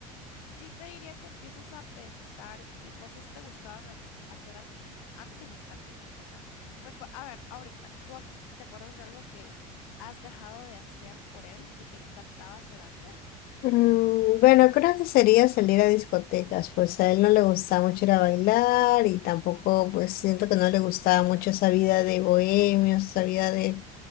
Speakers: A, on the left (about 75°); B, on the left (about 55°).
A: Sí te diría que empieces a pensar en qué cosas te gustaban haz- hacer a ti antes de estar con él. O sea, recue- a ver, ahorita, ¿tú ac- te acuerdas de algo que has dejado de hacer por él y que te encantaba hacer antes?
B: Mm, Bueno, creo que sería salir a discotecas, pues a él no le gustaba mucho ir a bailar y tampoco, pues siento que no le gustaba mucho esa vida de bohemios, esa vida de